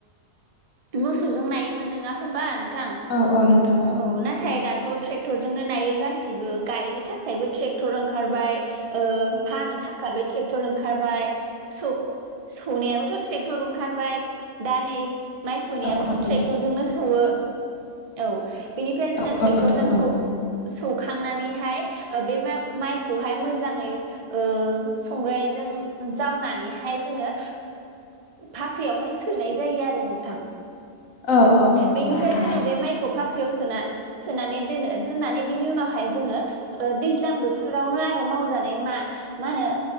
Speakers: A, on the right; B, on the left.
A: मोसौजों नायोमोन नङा होमबा नों थां
B: औ औ नोंथां
A: औ नाथाय दाथ थ ट्रेक्टरजोंनो नायो गासिबो गायनो थाखायबो ट्रेक्टर ओंखारबाय हानो थाखायबो ट्रेक्टर ओंखारबाय सौ सौनायाबोथ ट्रेक्टर ओंखारबाय दा नै माइ सौनायाबोथ
B: औ औ नोंथां
A: ट्रेक्टरजोंनो सौवो औ बेनिफ्राय जोङो
B: औ
A: ट्रेक्टरजों
B: औ नोंथां
A: सौ
B: औ
A: सौ सुखांनानैहाय बे माइखौहाय मोजाङै ओ संग्रायजों जावनानैहाय जोङो भाख्रियावहाय सोनाय जायो आरो नों थां
B: औ औ औ
A: बेनिफ्राय
B: नोंथां
A: जोङो बे माइखौ भा भाख्रियाव सोना सोनानै दोनो दोननानै बिनि उनावहाय जोङो दैज्लां बोथोरावनो आरो मावजानाय मा मा होनो